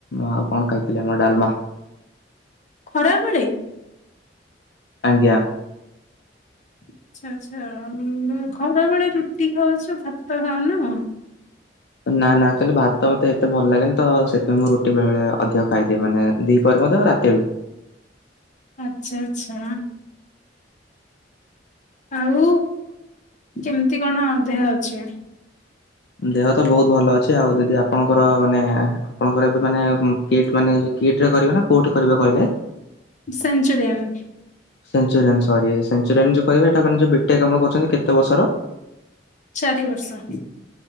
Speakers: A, on the left (about 65°); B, on the left (about 45°).
A: ଆଉ କଣ ଖାଇଥିଲି, ଆମର ଡାଲମା।
B: ଖରାବେଳେ
A: ଆଜ୍ଞା।
B: ଆଚ୍ଛା ଆଚ୍ଛା ଉଁ ଖରାବେଳେ ରୁଟି ଖାଉଛ, ଭାତ ଖାଉନ?
A: ନା ନା ତାହଲେ ଭାତ ତ ମତେ ଏତେ ଭଲ ଲାଗେନି ତ ସେଥିପାଇଁ ମୁଁ ରୁଟି ବେଳେ ବେଳେ ଅଧିକ ଖାଇଦିଏ ମାନେ ଦି ପରେ ମଧ୍ୟ ରାତିରେ ବି-
B: ଆଚ୍ଛା ଆଚ୍ଛା ଆଉ କେମିତି କଣ ଦେହ ଅଛି-
A: ଦେହ ତ ବହୁତ ଭଲ ଅଛି ଆଉ ଦିଦି ଆପଣଙ୍କର ମାନେ ଆପଣଙ୍କର ଏବେ- ମାନେ ଗେଟ ମାନେ- କିଟରେ କରିବେ ନା କୋଉଠି କରିବେ କହିଲେ-
B: ସେନଞ୍ଚୁରିମ୍-
A: ସେଞ୍ଚୁରିଆ ସରି ସେଞ୍ଚୁରିଆ ଯୋଉ କହିବେଇଟା ମାନେ ଯଉ ବିଟେକ୍ ଆପଣ କହୁଛନ୍ତି କେତେ ବର୍ଷର-
B: ଚାରି ବର୍ଷ।